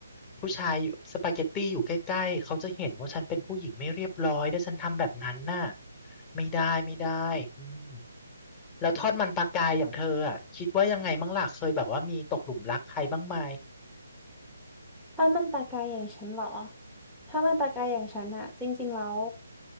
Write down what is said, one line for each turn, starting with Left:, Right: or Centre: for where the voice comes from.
Left: ผู้ชายอยู่สปาเกตตี้อยู่ใกล้ๆเขาจะเห็นว่าฉันเป็นผู้หญิงไม่เรียบร้อยถ้าฉันทำแบบนั้นน่ะไม่ได้ไม่ได้อืมแล้วทอดมันปลากายอย่างเธออ่ะคิดว่ายังไงบ้างล่ะเคยแบบว่ามีตกหลุมรักใครบ้างไหม
Centre: ถ้ามันปลากายอย่างฉันเหรอถ้ามันปลากายอย่างฉันอ่ะจริงๆแล้ว